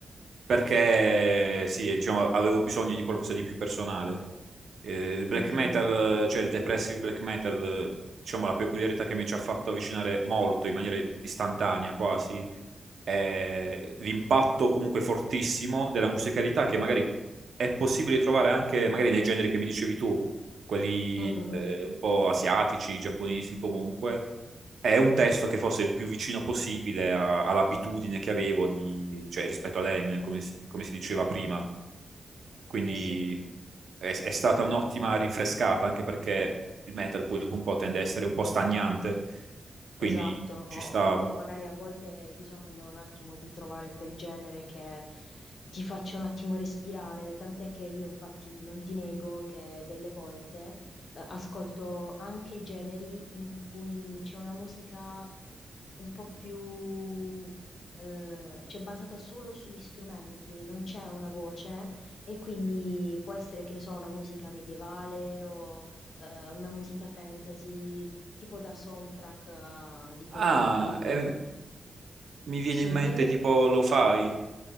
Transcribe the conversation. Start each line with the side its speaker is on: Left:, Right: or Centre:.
Right: perché sì, diciamo, avevo bisogno di qualcosa di più personale. Eh, il black
Left: Ok.
Right: metal,
Left: Mm,
Right: cioè il depressive black metal, eh, diciamo la peculiarità che mi ci ha fatto avvicinare molto, in maniera istantanea quasi, eh, l'impatto comunque fortissimo della musicalità che magari è possibile trovare anche magari nei generi che mi dicevi tu, quelli
Left: mm, mm.
Right: eh, un po' asiatici, giapponesi comunque. È un testo che fosse il più vicino possibile a- all'abitudine che avevo di, cioè, rispetto ad Eminem, come si come si diceva prima. Quindi
Left: Eh sì.
Right: è, è stata un'ottima rinfrescata, anche perché il metal poi dopo un po' tende a essere un po' stagnante, quindi
Left: Esatto, o
Right: ci stava.
Left: comunque magari a volte hai bisogno un attimo di trovare quel genere che ti faccia un attimo respirare, tant'è che io infatti non ti nego che delle volte eh, ascolto anche generi in cui c'è una musica un po' più, eh, cioè basata solo sugli strumenti, non c'è una voce e quindi può essere, che ne so, una musica medievale o eh, una musica fantasy, tipo da soundtrack eh, di qualche
Right: Ah,
Left: film.
Right: ehm, Mi viene
Left: Sì,
Right: in mente
Left: mi, mi-
Right: tipo lo fai?